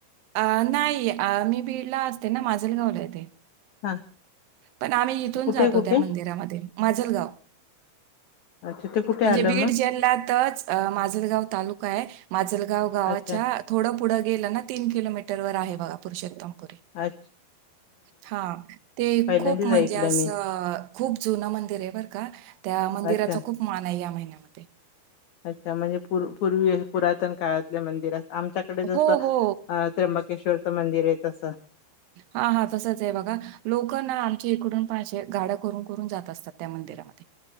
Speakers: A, on the right (about 70°); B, on the left (about 75°).
A: अ नाही मी बीडला असते ना माझलगावला आहे ते.
B: हा.
A: पण आम्ही इथून
B: कुठे
A: जातो
B: कुठे
A: त्या मंदिरामध्ये माझलगाव
B: अच्छा ते कुठे
A: म्हणजे
B: आलं
A: बीड
B: मग
A: जिल्ह्यातच माजलगाव तालुका आहे माजलगाव गावाच्या
B: अच्छा
A: थोडं पुढं गेलं ना तीन किलोमीटरवर आहे बघा पुरुषोत्तम पुरी,
B: अच्छा
A: हा. ते
B: पहिल्यांदाच
A: खूप म्हणजे
B: ऐकलं
A: असं
B: मी
A: खूप जुनं मंदिर आहे बरं का त्या मंदिराचा
B: अच्छा
A: खूप मान आहे या महिन्यामध्ये
B: अच्छा म्हणजे पूर्वी पुरातन काळातले मंदिर अस आमच्याकडे जसं
A: हो, हो.
B: त्र्यंबकेश्वरचं मंदिर आहे तसं.
A: हा हा तसच आहे बघा लोक ना आमची इकडून पाशे गाड्या करून करून जात असतात त्या मंदी रामधे